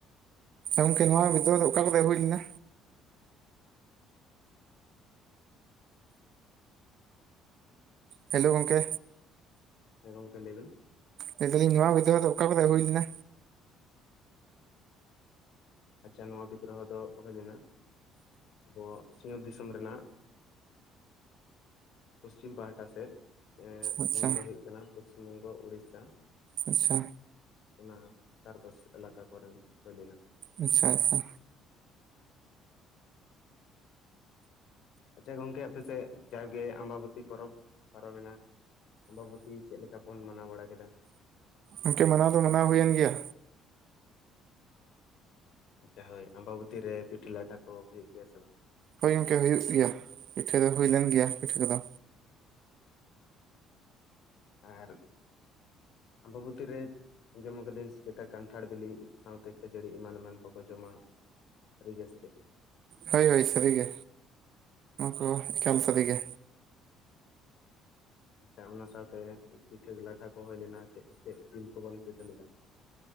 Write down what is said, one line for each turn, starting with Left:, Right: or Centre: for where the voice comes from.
Right: ᱜᱚᱝᱠᱮ ᱱᱚᱣᱟ ᱵᱷᱤᱛᱚᱨ ᱫᱚ ᱚᱠᱟ ᱠᱚ ᱦᱩᱭ ᱞᱮᱱᱟ ᱦᱮᱞᱳ ᱜᱚᱢᱠᱮ
Left: ᱦᱮᱸ ᱜᱚᱢᱠᱮ ᱞᱟᱹᱭ ᱵᱤᱲ
Right: ᱱᱤᱛᱚᱞᱤᱧ ᱱᱚᱣᱟ ᱵᱤᱵᱨᱳᱦᱚ ᱫᱚ ᱚᱠᱟ ᱠᱚᱵᱮᱱ ᱦᱩᱭ ᱞᱮᱱᱟ
Left: ᱟᱪᱪᱷᱟ ᱱᱚᱣᱟ ᱵᱤᱫᱽᱨᱳᱦᱚ ᱫᱚ ᱦᱩᱭ ᱞᱮᱱᱟ ᱟᱵᱚᱣᱟᱜ ᱥᱤᱜᱟᱲ ᱫᱤᱥᱚᱢ ᱨᱮᱱᱟᱜ ᱯᱚᱥᱪᱷᱤᱢ ᱯᱟᱦᱴᱟ ᱥᱮᱫ ᱮᱜ
Right: ᱟᱪᱪᱷᱟ
Left: ᱡᱮᱢᱚᱱ ᱫᱚ ᱦᱩᱭᱩᱜ ᱠᱟᱱᱟ ᱯᱚᱥᱪᱤᱢ ᱵᱚᱝᱜᱚ ᱩᱲᱤᱥᱟ
Right: ᱟᱪᱪᱷᱟ
Left: ᱚᱱᱟ ᱫᱷᱟᱨᱯᱟᱥ ᱮᱞᱟᱠᱟ ᱠᱚᱨᱮᱱ ᱦᱩᱭ ᱞᱮᱱᱟ
Right: ᱟᱪᱪᱷᱟ ᱟᱪᱪᱷᱟ
Left: ᱟᱪᱪᱷᱟ ᱜᱚᱝᱠᱮ ᱟᱯᱮᱥᱮᱫ ᱡᱟᱣᱜᱮ ᱟᱢᱵᱟᱵᱛᱤ ᱯᱚᱨᱚᱵ ᱯᱟᱨᱚᱢᱮᱱᱟ ᱟᱢᱵᱟᱵᱛᱤ ᱪᱮᱫ ᱞᱮᱠᱟ ᱵᱚᱱ ᱢᱟᱱᱟᱣ ᱵᱟᱲᱟ ᱠᱮᱫᱟ
Right: ᱤᱱᱠᱮ ᱢᱟᱱᱟᱣ ᱫᱚ ᱢᱟᱱᱟᱣ ᱦᱩᱭᱮᱱ ᱜᱮᱭᱟ
Left: ᱟᱪᱪ ᱦᱳᱭ ᱟᱢᱵᱟᱵᱚᱛᱤ ᱨᱮ ᱯᱤᱴᱞᱟ ᱞᱟᱴᱟ ᱠᱚ ᱦᱩᱭ ᱜᱮᱭᱟ ᱥᱮ ᱵᱟᱝ
Right: ᱦᱳᱭ ᱜᱚᱢᱠᱮ ᱦᱩᱭᱩᱜ ᱜᱮᱭᱟ ᱯᱤᱴᱷᱟᱹ ᱫᱚ ᱦᱩᱭ ᱞᱮᱱ ᱜᱮᱭᱟ ᱯᱤᱴᱷᱟᱹ ᱠᱚᱫᱚ
Left: ᱟᱨ ᱟᱢᱵᱚ ᱵᱷᱚᱛᱤᱨ ᱨᱮ ᱟᱸᱡᱚᱢ ᱠᱟᱹᱫᱟᱹᱧ ᱥᱮᱫᱟᱜ ᱠᱟᱱᱴᱷᱟᱲ ᱵᱤᱞᱤ ᱥᱟᱶᱛᱮ ᱠᱷᱟᱹᱡᱟᱹᱲᱤ ᱮᱢᱟᱱ ᱮᱢᱟᱱ ᱠᱚᱠᱚ ᱡᱚᱢᱟ ᱥᱟᱹᱨᱜ-ᱟ ᱥᱮ
Right: ᱦᱳᱭ ᱦᱳᱭ ᱥᱟᱹᱨᱤᱜᱮ ᱚᱱᱟ ᱠᱚ ᱮᱠᱟᱞ ᱥᱟᱹᱨᱤᱜᱮ
Left: ᱟᱪᱪᱷᱟ ᱚᱱᱟ ᱥᱟᱶᱛᱮ ᱯᱤᱴᱷᱟᱹ ᱞᱟᱴᱷᱟ ᱠᱚ ᱦᱩᱭ ᱞᱮᱱᱟ ᱪᱮᱫ ᱪᱮᱫ ᱡᱤᱞ ᱠᱚᱵᱚᱱ ᱯᱤᱴᱷᱟᱹ ᱞᱮᱫᱟ